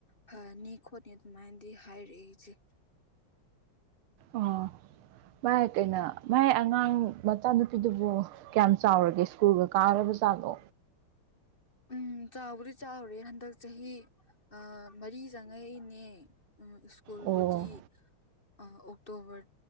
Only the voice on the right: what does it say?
ꯑꯣ ꯃꯥꯥꯏ ꯀꯩꯅꯣ ꯃꯥꯏ ꯑꯉꯥꯡ ꯃꯆꯥꯅꯨꯄꯤꯗꯨꯕꯨ ꯀꯌꯥꯝ ꯆꯥꯎꯔꯒꯦ ꯁ꯭ꯀꯨꯜꯒ ꯀꯥꯔꯕꯆꯠꯂꯣ
ꯑꯣ ꯑꯣ